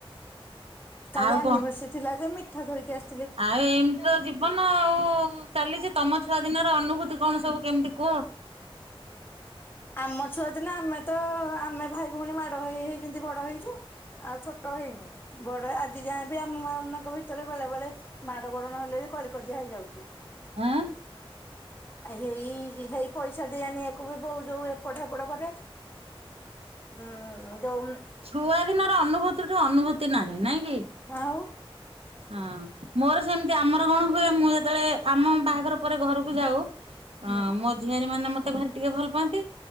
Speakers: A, on the left; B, on the right.
A: କାଲି
B: ଆଉ
A: ଆନିଭର୍ସରି
B: କଣ
A: ଥିଲା ସେ ମିଠା ଧରିକି ଆସ୍
B: ଆଉ ଏମତି ତ ଜୀବନ ଆଉ ଚାଲିଚି। ତମ ଛୁଆ ଦିନର ଅନୁଭୂତି କଣ ସବୁ କେମିତି କୁହ?
A: ଆମ ଛୁଆ ଦିନ ଆମେ ତ ଆମେ ଭାଇ ଭଉଣୀ ମାଡ ହେଇ ହେଇଛନ୍ତି ବଡ ହେଇଚୁ ଆଉ ଛୋଟ ହେଇନୁ। ବଡ ଆଜି ଯାଏ ବି ଆମ ମାନଙ୍କ ଭିତରେ ବେଳେ ବେଳେ ମାଡ ଗୋଡ ନ ହେଲେ ବି କଳି କଜିଆ ହେଇଯାଉଛି
B: ଆଁ
A: ଆଉ ହେଇ ହେଇ ପଇସା ଦିଆନି ଏକୁ ବି ବୋଉ ଯୋଉ ପଠା ପଢା କରେ ଉଁ ଯୋଉ
B: ଛୁଆ ଦିନର ଅନୁଭୂତିଠୁ ଅନୁଭୂତି ନାହିଁ ନାଇଁ କି
A: ଆଉ
B: ହଁ ମୋର ସେମିତି ଆମର କଣ ହୁଏ ମୁଁ ଯେତେବେଳେ ଆମ ବାହାଘର ପରେ ଘରକୁ ଯାଉ ହଁ
A: ହୁଁ
B: ମୋ ଝିଆରୀ ମାନେ ମତେ ଭାରି ଟିକେ ଭଲ ପାଆନ୍ତି